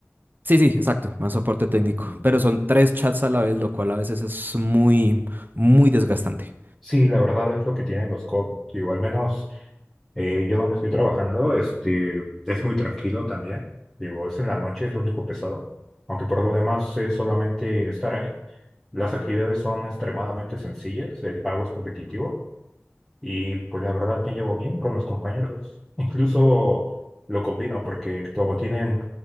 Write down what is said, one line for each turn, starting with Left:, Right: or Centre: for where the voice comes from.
Right: Sí, sí, exacto, más soporte técnico,
Centre: Mm.
Right: pero son tres chats a la vez, lo cual a veces es muy, muy desgastante.
Centre: Sí, la verdad es lo que tienen los COD. Digo, al menos eh, yo donde estoy trabajando, este, es muy tranquilo también. Digo, es en la noche, es lo único pesado. Aunque por lo demás es solamente estar ahí. Las actividades son extremadamente sencillas, el pago es competitivo Y pues la verdad me llevo bien con los compañeros. Incluso lo combino porque como tienen